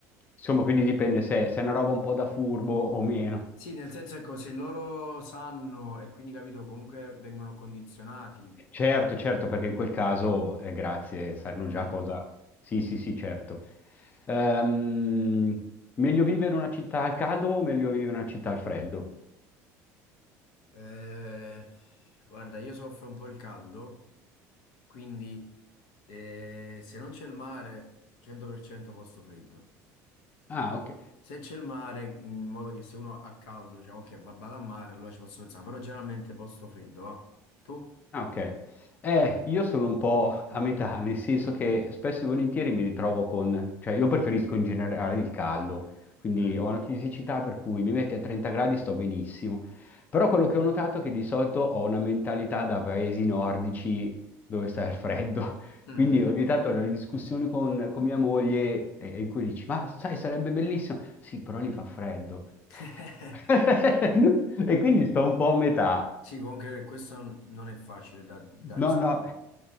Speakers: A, on the left; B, on the left.
A: Insomma, quindi
B: eh,
A: dipende se, se è una roba un po' da furbo o meno.
B: Sì, nel senso ecco, se loro sanno e quindi capito, comunque vengono condizionati,
A: Certo, certo, perché in quel caso, eh, grazie, sanno
B: hai
A: già
B: capito?
A: cosa... Sì, sì, sì, certo. Ehm, meglio vivere in una città al caldo o meglio vivere in una città al freddo?
B: Eh, guarda, io soffro un po' il caldo, quindi eh, se non c'è il mare, 100% posto freddo.
A: Ah, ok.
B: Se c'è il mare, in modo che se uno ha caldo, diciamo che va vado al mare, allora ci posso pensare, però generalmente posto freddo, va. Tu?
A: Ah, ok. Eh, io sono un po' a metà, nel senso che spesso e volentieri mi ritrovo con, cioè io preferisco in generale il caldo, quindi
B: Mm,
A: ho una fisicità per cui mi metti a 30 gradi sto benissimo, però quello che ho notato è che di solito ho una mentalità da paesi nordici dove sta il freddo, <laughs>
B: mm.
A: quindi ogni tanto ho delle discussioni con, con mia moglie eh, in cui dici, ma sai, sarebbe bellissimo, sì, però lì fa freddo.
B: <laughs>
A: <laughs> E quindi sto un po' a metà.
B: Sì, comunque questo non è facile da, da
A: No,
B: rispondere.
A: no.